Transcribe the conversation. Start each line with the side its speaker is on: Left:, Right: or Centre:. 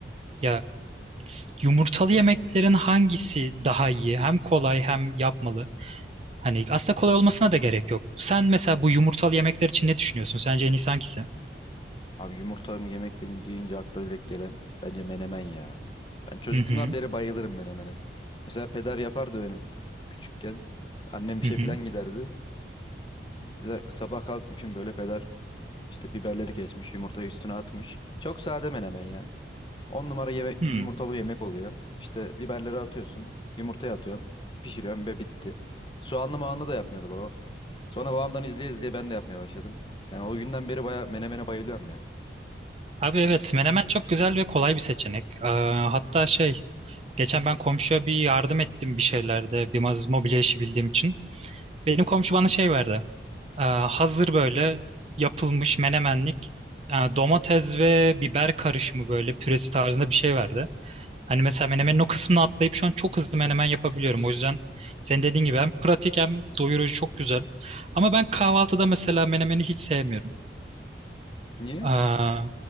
Right: ya s- yumurtalı yemeklerin hangisi daha iyi? Hem kolay hem yapmalı. Hani aslında kolay olmasına da gerek yok. Sen mesela bu yumurtalı yemekler için ne düşünüyorsun? Sence en iyisi hangisi?
Left: Abi yumurta mı yemek dedin deyince akla direkt gelen bence menemen ya. Ben çocukluğumdan
Right: Hı hı.
Left: beri bayılırım menemene. Mesela peder yapardı benim küçükken. Annem işe
Right: Hı hı.
Left: falan giderdi. Peder, sabah kalkmışım böyle peder işte biberleri kesmiş, yumurtayı üstüne atmış. Çok sade menemen ya. 10 numara yemek,
Right: Hmm.
Left: yumurtalı yemek oluyor. İşte biberleri atıyorsun. Yumurtaya atıyorsun. Pişiriyorsun ve bitti. Soğanlı mağanlı da yapmıyordu babam. Sonra babamdan izleye izleye ben de yapmaya başladım. Yani o günden beri baya menemene bayılıyorum ya.
Right: Abi evet
Left: Yani
Right: menemen çok güzel ve kolay bir seçenek. Ee, hatta şey geçen ben komşuya bir yardım ettim bir şeylerde bir maz- mobilya işi bildiğim için. Benim komşu bana şey verdi. Ee, hazır böyle yapılmış menemenlik yani domates ve biber karışımı böyle püresi tarzında bir şey verdi. Hani mesela menemenin o kısmını atlayıp şu an çok hızlı menemen yapabiliyorum. O yüzden senin dediğin gibi hem pratik hem doyurucu çok güzel. Ama ben kahvaltıda mesela menemeni hiç sevmiyorum.
Left: Niye?
Right: Aa,